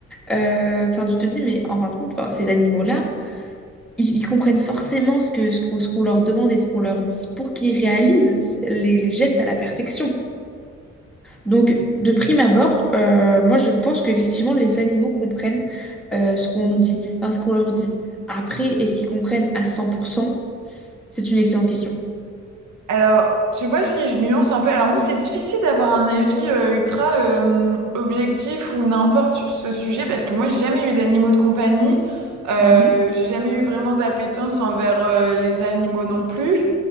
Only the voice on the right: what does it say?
Alors, tu vois, si je nuance un peu, alors moi, c'est difficile d'avoir un avis euh, ultra euh, objectif ou n'importe sur ce sujet, parce que moi, j'ai jamais eu d'animaux de compagnie, euh,
j'ai jamais eu vraiment d'appétence envers euh, les animaux non plus.